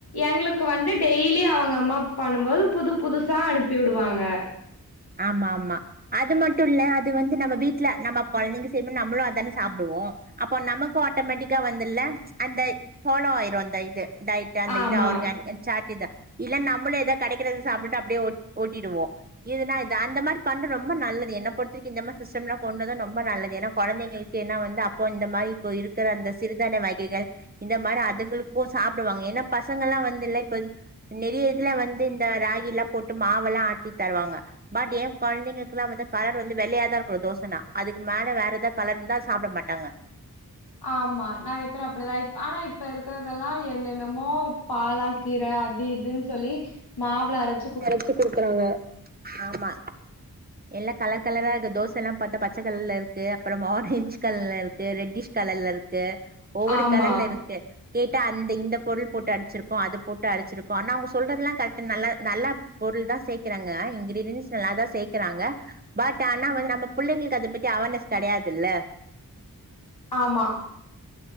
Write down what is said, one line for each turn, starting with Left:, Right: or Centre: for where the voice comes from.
Left: எங்ளுக்கு வந்து டெய்லி அவங்கம்மாப் பண்ணும்போது புதுப் புதுசா அனுப்பி விடுவாங்க
Right: ஆமா மா அது மட்டு இல்ல அது வந்து நம்ம வீட்ல நம்ம கொழந்தைங்க செய்ம்போ நம்ளு அதான சாப்டுவோ அப்போ நமக்கு ஆட்டோமேட்டிக்கா வந்துல்ல அந்தய் ஃபாலோ ஆயிரு அந்த இது இதாயிட்டு அந்த
Left: ஆமா.
Right: இது ஆர்கான் சேட்டிதா இல்ல நம்பளேதா கெடைக்கறத சாப்டுட்டு அப்டியே ஓட் ஓட்டிடுவோ இதுனா இது அந்த மாரி பண்ற ரொம்ப நல்லது என்னப் பொறுத்தறிக்கு இந்தமா சிஸ்டம்லா கொண்டு வந்தா நொம்ப நல்லது ஏனாக் கொந்தைங்கிளுக் கு ஏனா வந்து அப்போ இந்த மாரி இப்போ இருக்கற அந்த சிறுதான்ய வகைகள் இந்த மாரி அதுங்குளுக் க்கு சாப்டுவாங்க என்னாப் பசங்களா வந்து இல்ல இப்ப நிறைய இதுல வந்து இந்த ராகில்லாப் போட்டு மாவெல்லா ஆட்டித் தருவாங்க பட் எ கொழந்தைங்களுக்குலா வந்து கலர் வந்து வெள்ளையாதா இருக்னு தோசனா அதுக்கு மேல வேற எதாக் கலர்ந்தா சாப்ட மாட்டாங்க
Left: ஆம்மா நா எப்பற அப்டிதா இப் ஆனா இப்ப இருக்கறதெல்லா என்னென்னமோப் பாலாக்கீர அது இதுன் சொல்லி மாவளரச்
Right: அரச்சு குடுக்கறாங்க ஆமா எல்லாக் கலர் கலராகு தோசலாம் பாத்தா பச்ச கர்ல இருக்கு அப்றம் ஆரஞ்ச் கலல்ல இருக்கு ரெட்டிஷ் கலல்ல இருக்கு ஒவ்வொரு
Left: ஆமா.
Right: கலல்ல இருக்கு கேட்டா அந்த இந்த பொருள் போட்டு அடிச்சிருக்கோ அதுப் போட்டு அடிச்சிருக்கோ நா அவுங்க சொல்றதெல்லாங் கர்ட்டுன் நல்லா நல்லாப் பொருள்தா சேக்கறாங்க இன்கிரீடியன்ஸ் நல்லாதா சேக்கறாங்க பட் ஆனா வந்து நம்ம பிள்ளைங்களுக்கு அத பத்தி அவர்னஸ் கெடையாதுல்ல
Left: ஆமா